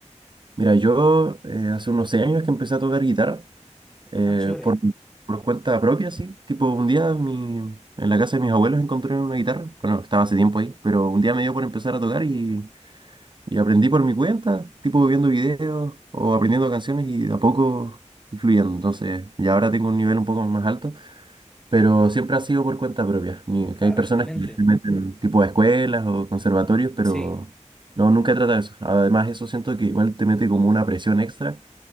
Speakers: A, on the right (about 40°); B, in the centre.
A: Mira, yo eh, hace unos seis años que empecé a tocar guitarra eh,
B: Ah, chévere.
A: por, por cuenta propia, sí. Tipo, un día mi, en la casa de mis abuelos encontré una guitarra. Bueno, estaba hace tiempo ahí, pero un día me dio por empezar a tocar y Y aprendí por mi cuenta, tipo viendo videos o aprendiendo canciones y de a poco fui fluyendo. Entonces, ya ahora tengo un nivel un poco más alto, pero siempre ha sido por cuenta propia. Ni, que
B: Ah,
A: hay personas
B: excelente.
A: que se meten tipo a escuelas o conservatorios, pero
B: Sí,
A: no, nunca he tratado eso. Además, eso siento que igual te mete como una presión extra